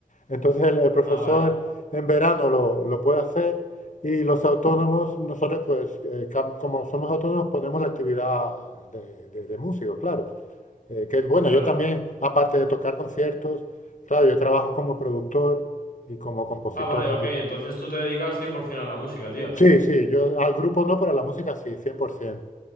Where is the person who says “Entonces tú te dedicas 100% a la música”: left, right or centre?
Left